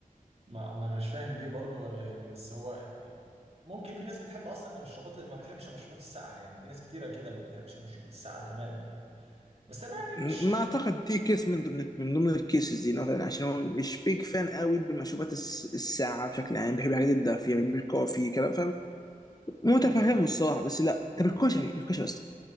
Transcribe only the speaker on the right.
ما, ما انا مش فاهم ليه برضو ولا يعني بس هو يعني ممكن في ناس بتحب اصلا المشروبات ما بتحبش المشروبات الساقعه يعني في ناس كتيره كده ما بتحبش المشروبات الساقعه تماما يعني بس انا يعني
مش م...
مم.